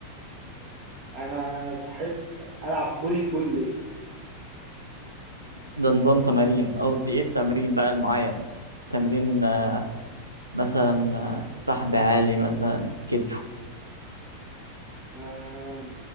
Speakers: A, on the right; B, on the right.
A: انا بحب العب بوش بول ليج
B: ده نظام تمارين قصدي ايه التمرين بقى المعين تمرين آه، مثلا آه، سحب عالي مثلا كتف
A: آه